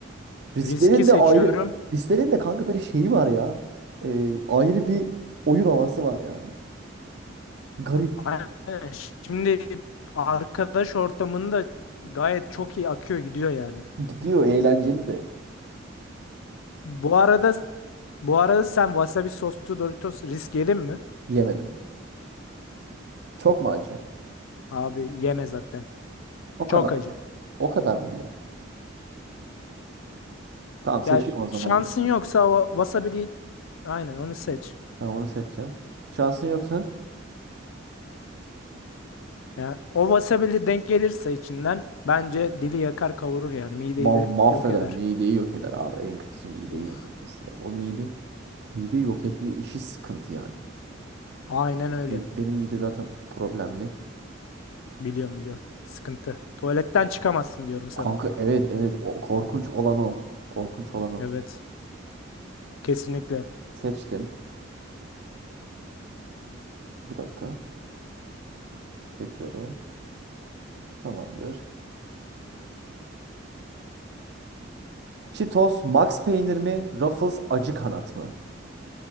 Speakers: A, on the right (about 55°); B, on the left (about 80°).
A: Risklerin
B: riski seçiyorum.
A: de ayrı risklerin de kanka böyle şeyi var ya. Ee, ayrı bir oyun havası var yani. Garip.
B: Aynen. Şimdi arkadaş ortamında gayet çok iyi akıyor gidiyor yani.
A: Gidiyor eğlenceli de.
B: Bu arada bu arada sen wasabi soslu Doritos risk yedin mi?
A: Yemedim. Çok mu acı?
B: Abi yeme zaten.
A: O kadar.
B: Çok acı.
A: O kadar mı diyor? Tamam seçiyorum
B: Ya
A: o zaman.
B: şansın
A: Doritos.
B: yoksa o wasabi'yi aynen onu seç.
A: Tamam onu seçeceğim. Şansın yoksa
B: Ya o wasabili denk gelirse içinden bence dili yakar kavurur yani mideyi
A: ma
B: de
A: mahveder.
B: yok eder.
A: Mideyi yok eder abi. En kötüsü mideyi
B: Of.
A: yok etmesi ya. O mide Mide yok etme işi sıkıntı yani.
B: Aynen öyle.
A: Be- Benim mide zaten problemli.
B: Biliyorum biliyorum. Sıkıntı. Tuvaletten
A: Ha,
B: çıkamazsın diyorum sana.
A: Kanka evet evet o korkunç olan o. Korkunç olan o.
B: Evet. Kesinlikle.
A: Seçtim. Bir dakika. Geçiyorum. Tamamdır. Cheetos Max peynir mi? Ruffles acı kanat mı?